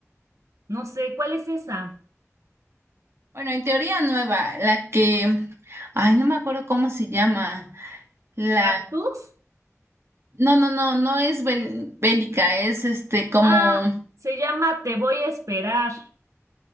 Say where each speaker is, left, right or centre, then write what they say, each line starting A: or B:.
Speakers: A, on the right; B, on the right.
A: No sé, ¿cuál es esa?
B: Bueno, en teoría nueva, la que, ay, no me acuerdo cómo se llama, la,
A: ¿Cactus?
B: no, no, no, no es bel- bélica, es este, como,
A: Ah, se llama Te voy a esperar.